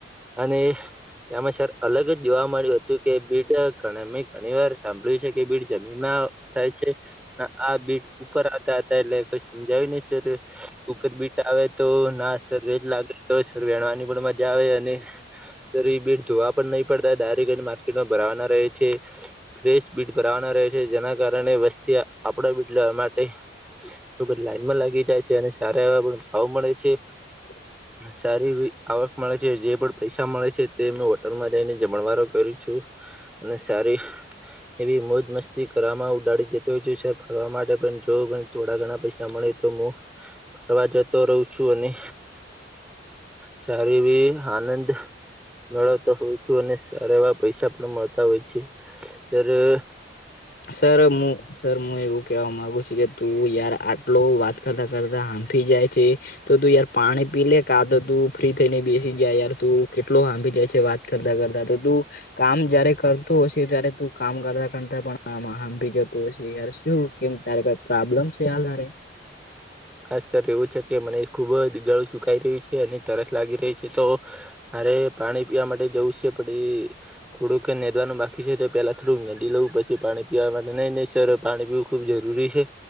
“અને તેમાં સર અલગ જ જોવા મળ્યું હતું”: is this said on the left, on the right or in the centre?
Centre